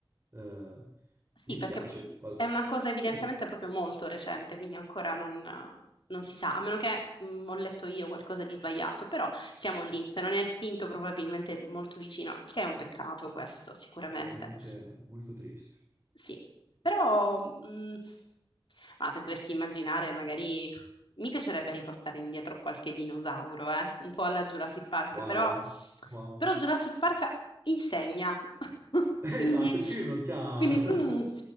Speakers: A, on the right; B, on the left.
A: Eh,
B: Sì,
A: mi
B: perché
A: spiace, ma <laughs> è
B: è una cosa evidentemente proprio molto recente, quindi ancora non, non si sa, a meno che mh, ho letto io qualcosa di sbagliato, però siamo lì, se non è estinto probabilmente molto vicino, il che è un peccato questo, sicuramente.
A: veramente molto triste.
B: Sì, però mh, ma se dovessi immaginare, magari mi piacerebbe riportare indietro qualche dinosauro, eh? Un po' alla Jurassic Park,
A: Wow,
B: però,
A: wow.
B: però Jurassic
A: <laughs>
B: Park insegna, <laughs>
A: Esatto,
B: quindi,
A: il film non ti ha,
B: quindi
A: <laughs>
B: mm.